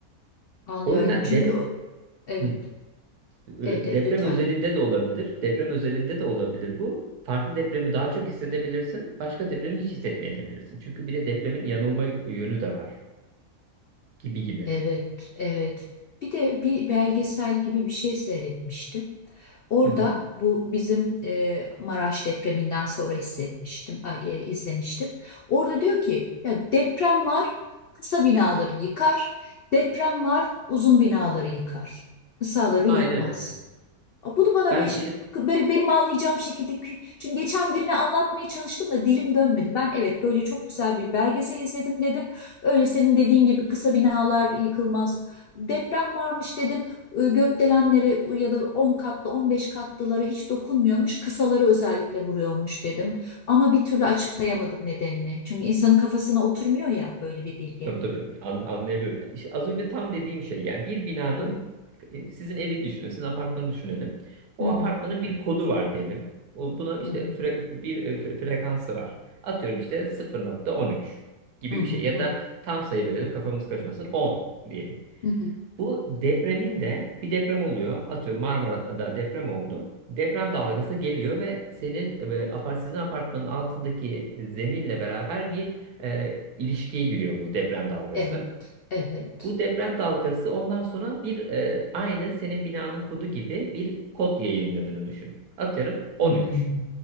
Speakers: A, on the left; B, on the right.
A: Anlıyorum
B: O yüzden
A: çünkü
B: dep
A: o- evet,
B: Hı. E,
A: evet, evet
B: Deprem
A: lütfen.
B: özelinde de olabilir. Deprem özelinde de olabilir bu. Farklı depremi daha çok hissedebilirsin. Başka depremi hiç hissetmeyebilirsin. Çünkü bir de depremin yanılma yönü de var. Gibi gibi.
A: Evet, evet. Bir de bir belgesel gibi bir şey seyretmiştim. Orada
B: Hı hı.
A: bu bizim e, Maraş depreminden sonra hissetmiştim, ay, e, izlemiştim. Orada diyor ki ya deprem var, kısa binaları yıkar. Deprem var, uzun binaları yıkar. Kısaları
B: Aynen
A: yıkmaz.
B: öyle.
A: Bunu bana
B: Ben
A: bir
B: işte
A: böyle benim anlayacağım şekilde çünkü geçen birine anlatmaya çalıştım da dilim dönmedi. Ben evet böyle çok güzel bir belgesel izledim dedim. Öyle senin dediğin gibi kısa binalar yıkılmaz. Deprem varmış dedim. E, Gökdelenlere ya da 10 katlı 15 katlılara hiç dokunmuyormuş. Kısaları özellikle vuruyormuş dedim. Ama bir türlü açıklayamadım nedenini. Çünkü insanın kafasına oturmuyor ya böyle bir bilgi.
B: tabii tabii an- anlayabiliyorum. İşte az önce tam dediğim şey yani bir binanın
A: Hı hı,
B: e, sizin evi düşünün, sizin apartmanı düşünelim. O
A: hı hı,
B: apartmanın bir kodu var diyelim. O, buna işte
A: hı hı,
B: fre- bir e, fre- frekansı var. Atıyorum işte 0.13 gibi
A: hı
B: bir şey
A: hı,
B: ya
A: hı
B: da
A: hı,
B: tam sayı verelim kafamız karışmasın 10 diyelim.
A: hı hı.
B: Bu depremin de bir deprem oluyor. Atıyorum Marmara'da deprem oldu. Deprem dalgası geliyor ve senin e, apart sizin apartmanın altındaki zeminle beraber bir e, ilişkiye giriyor bu deprem dalgası.
A: Evet, evet.
B: Bu deprem dalgası ondan sonra bir e, aynı senin binanın kodu gibi bir kod yayınladığını düşün. Atıyorum 13.
A: Hmm.